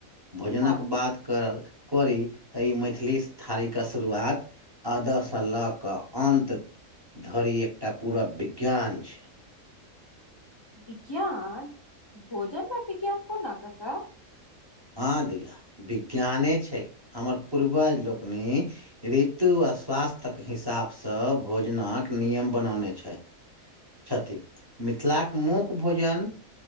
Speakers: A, on the right; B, on the left.
A: भोजनक
B: वाह
A: बात कर करी तऽ ई मैथिली स थारीके शुरुआत अदह से लऽ कऽ अन्त धरि एकटा पूरा विज्ञान छै
B: विज्ञान भोजनमे विज्ञान कोना कऽ का
A: हँ दैया विज्ञाने छै हमर पूर्वज लोकनि ऋतु आ स्वास्थ तक हिसाबसँ भोजनक नियम बनौने छै छथि मिथिलाक मुख्य भोजन